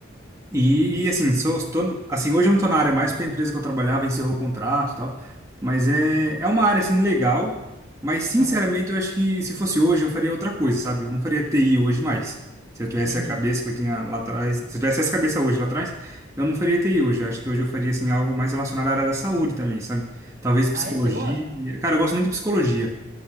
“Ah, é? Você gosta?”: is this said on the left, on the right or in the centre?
Right